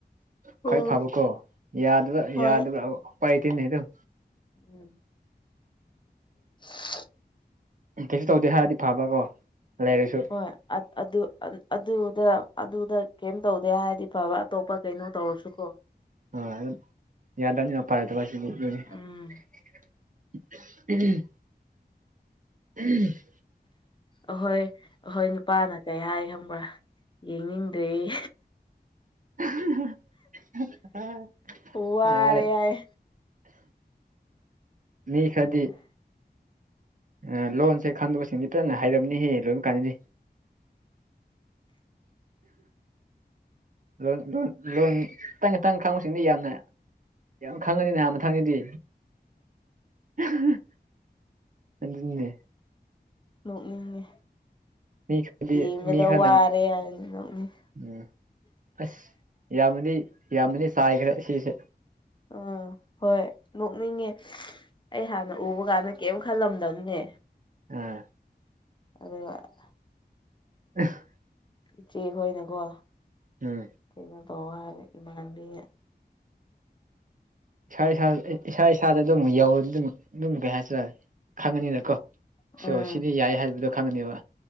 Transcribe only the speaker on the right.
ꯈ꯭ꯋꯥꯏ
ꯐꯕꯀꯣ ꯌꯥꯗꯕ
ꯌꯥꯗꯕ ꯎꯄꯥꯏ ꯀꯩꯅꯤ ꯑꯗꯨꯝ꯫
ꯀꯩꯁꯨ ꯇꯧꯗꯦ ꯍꯥꯏꯔꯗꯤ ꯐꯕ ꯀꯣ ꯂꯩꯔꯁꯨ꯫
ꯑ ꯌꯥꯗꯅꯤꯅ ꯄ ꯂꯩꯇꯕ ꯑꯁꯤꯗꯤ꯫ <unintelligible>
<unintelligible>
<inaudible>
ꯃꯤ ꯈ꯭ꯔꯗꯤ ꯑ ꯂꯣꯟꯁꯦ ꯈꯪꯗꯕꯁꯤꯡꯗꯤ ꯀꯅ ꯍꯥꯏꯔꯝꯅꯤꯍꯦ ꯂꯣꯏ ꯀꯥꯅꯅꯤ꯫ ꯂꯣꯟ ꯂꯣꯟ ꯂꯣꯟ ꯈꯇꯪ ꯈꯇꯪ ꯈꯥꯡꯕꯁꯤꯡꯗꯤ ꯌꯥꯝꯅ ꯌꯥꯝ ꯈꯪꯉꯅꯤꯅꯥ ꯃꯊꯪꯗꯗꯤ꯫ <unintelligible> ꯑꯗꯨꯅꯤꯅꯦ꯫
ꯃꯤ ꯈꯔꯗꯤ
ꯃꯤ ꯈꯔꯅ
ꯎꯝ ꯑꯁ ꯌꯥꯝꯃꯗꯤ ꯌꯥꯝꯕꯗꯤ ꯆꯥꯏꯈ꯭ꯔꯦ ꯁꯤꯁꯦ꯫
ꯑꯥ꯫
<unintelligible>
ꯎꯝ
ꯏꯁꯥ ꯏꯁꯥꯗ ꯏꯁꯥ ꯏꯁꯥꯗ ꯑꯗꯨꯝ ꯌꯧꯔꯗꯤ ꯑꯗꯨꯝ ꯑꯗꯨꯝ ꯀꯩ ꯍꯥꯏꯁꯤꯔꯥ ꯈꯪꯉꯅꯤꯅ ꯀꯣ
ꯁꯣ ꯁꯤꯗꯤ ꯌꯥꯏ ꯍꯥꯏꯕꯗꯣ ꯈꯪꯉꯅꯤꯕ꯫